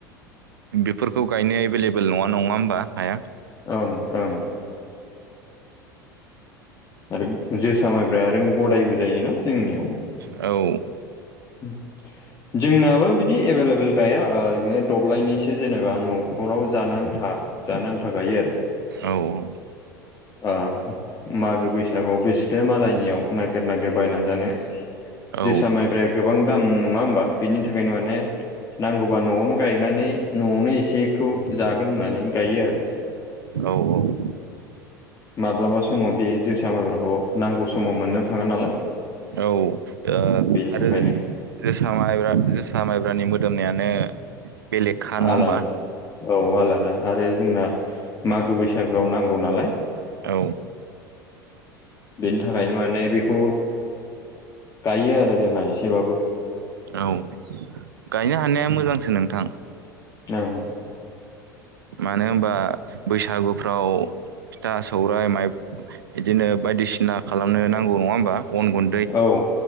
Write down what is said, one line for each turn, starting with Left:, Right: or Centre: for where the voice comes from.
Right: बेफोरखौ गायनो एभेलेबल नङा नङा होमबा हाया।
Left: ओं ओं आरो जोसा माइब्रा आरो गदायबो जायोना जोंनियाव
Right: औ
Left: <inaudible> जोंनाबो बिदि एभेलेबेल गाया ओरैनो दब्लायनसो जेनेबा न'खराव जानो आन्था जानो आन्था गायो आरो
Right: औ औ
Left: ओ मागो बैसागुआव बिसोथो मालायनियाव नागिर नागिरबायना जानो
Right: औ
Left: जोसा माइब्रा गोबां दाम नङा होमबा बिनि थाखायनो माने नांगौबा न'आवनो गायनानै न'आवनो एसेखौ जागोन होननानै गायो आरो
Right: औ औ
Left: माब्लाबा समावदि जोसा माइब्राखौ नांगौ समाव मोननो थाङा नालाय
Right: औ ओ
Left: बेनि
Right: आरो
Left: थाखायनो
Right: जोसा माइब्रा जोसा माइब्रानि मोदोमनायानो बेलेगखा नङा
Left: आलादा
Right: होमबा
Left: औ आलादा आरो जोंना मागो बैसागोआव नांगौ नालाय
Right: औ
Left: बेनि थाखायनो माने बेखौ गायो आरो जोंहा एसेबाबो
Right: औ गायनो हानाया मोजांसो नोंथां
Left: ओं
Right: मानो होनबा बैसागुफ्राव फिथा सौराइ माइ इदिनो बायदिसिना खालामनो नांगौ नङा होमबा अन गुन
Left: औ ओं